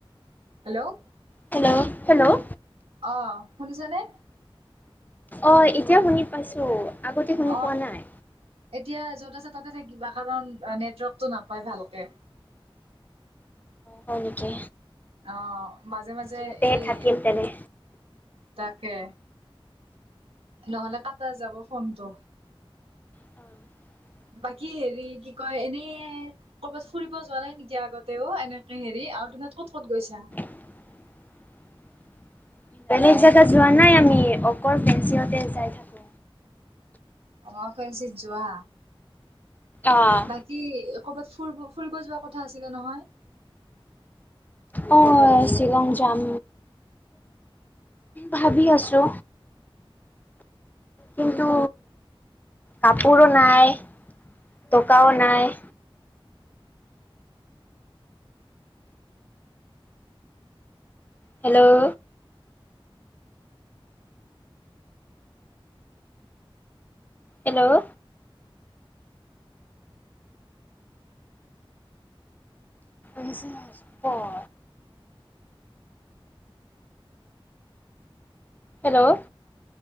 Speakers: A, on the right (about 85°); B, on the left (about 20°).
A: হেল্ল'
B: হেল্ল' হেল্ল'
A: অ শুনিছ নে?
B: অ এতিয়া শুনি পাইছো আগতে শুনি
A: অ
B: পোৱা নাই।
A: এতিয়া য'ত আছে তাতে থাকিবা কাৰণ নেটৱৰ্কটো নাপায় ভালকে।
B: হয় নেকি?
A: অ মাজে মাজে
B: ইয়াতে
A: এই
B: থাকিম তেনে
A: তাকে নহলে কটা যাব ফোনটো?
B: <inaudible>
A: বাকী হেৰি কি কয় এনে কৰবাত ফুৰিব যোৱা নাই নেকি আগতেও এনেকে হেৰি আৰু তনত ক'ত ক'ত গৈছা।
B: <inaudible> বেলেগ জাগা যোৱা নাই আমি অকল ফেঞ্চিতে যাই থাকো।
A: অ ফেঞ্চিত যোৱা
B: অ',
A: বাকী কৰ'বাত ফুৰিব। ফুৰিব যোৱা কথা আছিলে নহয়।
B: অ শ্বিলং যাম। ভাবি আছো। কিন্তু কাপোৰো নাই টকাও নাই হেল্ল' হেল্ল' উছ নচ পৰ হেল্ল'